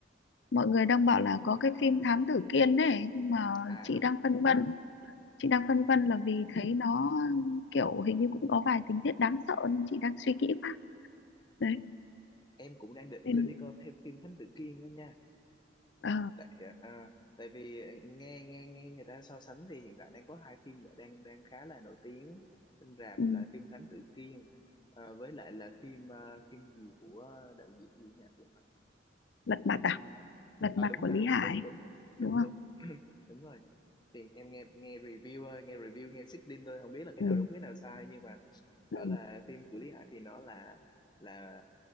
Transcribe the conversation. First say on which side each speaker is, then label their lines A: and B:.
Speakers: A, on the left; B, on the left.
A: mọi người đang bảo là có cái phim Thám Tử Kiên này nhưng mà
B: à
A: chị
B: đúng
A: đang phân vân chị đang phân vân là vì thấy nó kiểu hình như cũng có vài tình tiết đáng sợ nên chị đang suy kỹ quá đấy
B: em cũng đang định
A: nên
B: cứ đi coi thêm phim Thánh Tử Kiên đó nha
A: ờ,
B: tại à, à, tại vì à, nghe nghe nghe người ta so sánh thì hiện tại đang có hai phim mà đang đang khá là nổi tiếng trên rạp
A: ừ,
B: là phim Thánh Tử Kiên ờ, với lại là phim ờ, phim gì của đạo diễn gì nhỉ phim à,
A: lật mặt à
B: Ừ.
A: lật
B: à
A: mặt
B: đúng
A: của
B: rồi
A: Lý
B: đúng
A: Hải
B: đúng đúng đúng
A: đúng không
B: đúng <clears throat> đúng rồi thì em nghe nghe review thôi nghe review nghe sitting thôi không biết là cái
A: ừ,
B: nào đúng cái nào sai nhưng mà
A: ừ,
B: đó là phim của Lý Hải thì nó là là